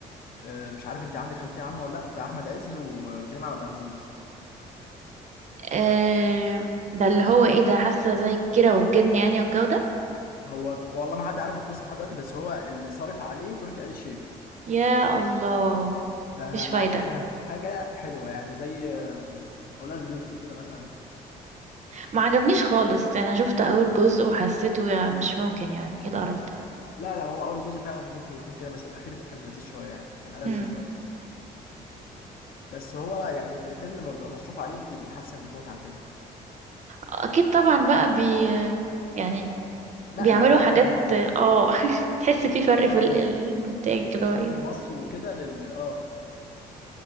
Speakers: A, on the left (about 50°); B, on the right (about 35°).
A: أه مش عارف انت عندك خلفية عنه ولا لا بتاع احمد عز وكريم عبد العزيز
B: آه ده اللي هو ايه ده حاسة زي الكيرة والجن يعني والجو ده
A: هو والله ما حد عارف القصه لحد دلوقتي بس هو اللي صارف عليه تركي آل الشيخ
B: يا الله
A: فاعتقد
B: مش فايدة
A: هنشوف حاجه حلوه يعني زي آم، اولاد رزق كده مثلا
B: ما عجبنيش خالص انا شفت اول جزء وحسيته يا مش ممكن يعني ايه القرف ده
A: لا لا هو اول جزء فعلا ممكن يكون كده بس الاخير كان لذيذ شويه يعني كان ألذ
B: مم.
A: شويه بس هو يعني الفيلم لما بيبقى مصروف عليه بتبقى حاسه بمتعه كده
B: اكيد طبعا بقى بي يعني
A: نقله
B: بيعملوا
A: نقله
B: حاجات
A: من
B: اه <laughs> تحس في فرق
A: نقله
B: في ال-
A: من
B: الانتاج
A: من التصوير
B: اللي هو ايه
A: المصري وكده لل اه